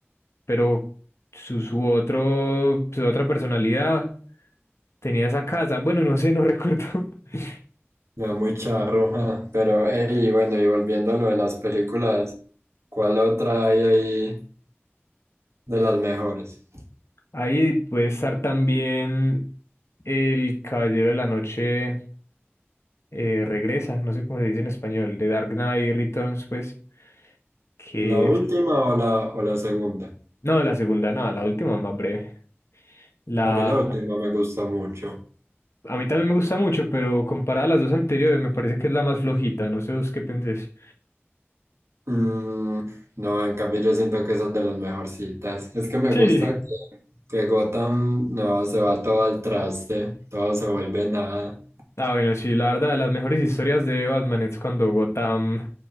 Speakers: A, on the left; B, on the right.
A: pero su, su otro, su otra personalidad tenía esa casa. Bueno, no sé, no recuerdo. <laughs>
B: Ya muy charro, ja. Pero, ey, bueno, y volviendo a lo de las películas, ¿cuál otra hay ahí de las mejores?
A: Ahí puede estar también El Caballero de la Noche eh, regresa, no sé cómo se dice en español, The Dark Knight Returns, pues, que...
B: ¿La última
A: es-
B: o la, o la segunda?
A: No, la segunda, no, la última más breve. La...
B: A mí la última me gustó mucho.
A: A mí también me gusta mucho, pero comparada a las dos anteriores, me parece que es la más flojita, no sé vos qué pensés.
B: Mm, no, en cambio yo siento que esas de las mejorcitas. Es que me
A: Sí.
B: gusta que, que Gotham no se va todo al traste, todo se vuelve nada.
A: Ah, bueno, sí, la verdad, las mejores historias de Batman es cuando Gotham,